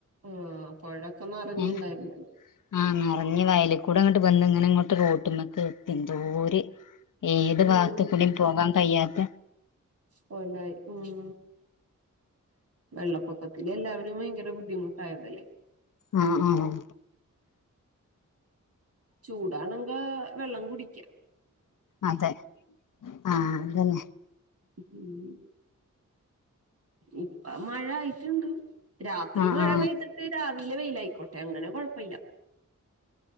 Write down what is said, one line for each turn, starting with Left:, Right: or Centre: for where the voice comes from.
Right: ആഹ് പൊഴൊക്കെ നെറഞ്ഞുണ്ടായിരുന്നല്ലോ.
Left: ഏഹ് ആഹ് നെറഞ്ഞ് വയലിക്കൂടെ ഇങ്ങട്ട് വന്ന് ഇങ്ങനെ ഇങ്ങോട്ട് റോട്ട്മക്ക് എന്തോര് ഏത്
Right: ഉം
Left: ഭാഗത്തുക്കുടെം പോകാൻ കഴിയാത്ത
Right: പോലായി ഉം വെള്ളപ്പൊക്കത്തിൽ എല്ലാവരും ഭയങ്കര ബുദ്ധിമുട്ടായതല്ലേ
Left: ആഹ് ആഹ് ഉം
Right: ചൂടാണെങ്ക വെള്ളം കുടിക്കാം
Left: അതെ ആഹ് അതന്നെ
Right: ഹും ഉം ഇപ്പം മഴ ആയിട്ടുണ്ട് രാത്രി
Left: ആഹ്
Right: മഴ
Left: ആഹ്
Right: പെയ്ത് ട്ട് രാവിലെ വെയില് ആയിക്കോട്ടെ അങ്ങനെ കൊഴപ്പമില്ല